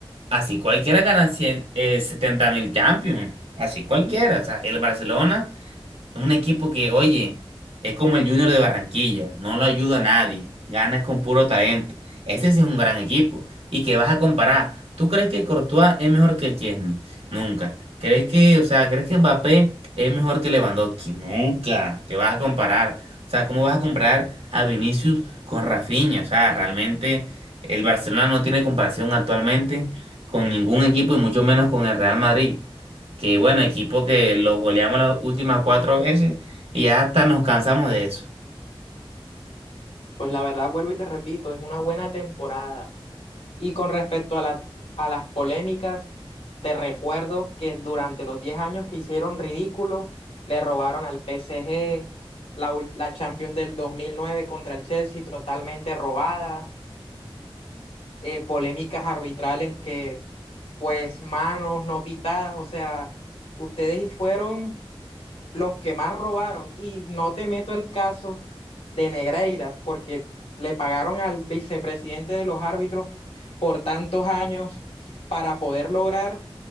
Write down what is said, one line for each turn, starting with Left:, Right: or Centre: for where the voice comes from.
Right: Así cualquiera gana 100 eh, 70 mil Champions. Así cualquiera. O sea, el Barcelona un equipo que, oye, es como el Junior de Barranquilla, no lo ayuda a nadie, ganas con puro talento. Ese sí es un gran equipo. ¿Y que vas a comparar? ¿Tú crees que Courtois es mejor que Chesney? Nunca. ¿Crees que, o sea, crees que Mbappé es mejor que Lewandowski? Nunca. ¿Qué vas a comparar? O sea, ¿cómo vas a comparar a Vinicius con Rafinha? O sea, realmente el Barcelona no tiene comparación actualmente con ningún equipo y mucho menos con el Real Madrid. Que bueno, equipo que los goleamos las últimas cuatro veces y ya hasta nos cansamos de eso.
Left: Pues la verdad, vuelvo y te repito, es una buena temporada. Y con respecto a la- a las polémicas, te recuerdo que durante los 10 años que hicieron ridículo, le robaron al PSG la, ul- la Champions del 2009 contra el Chelsea totalmente robada, eh, polémicas arbitrales que, pues, manos no pitadas, o sea, ustedes fueron los que más robaron, y no te meto el caso de Negreira, porque le pagaron al vicepresidente de los árbitros por tantos años para poder lograr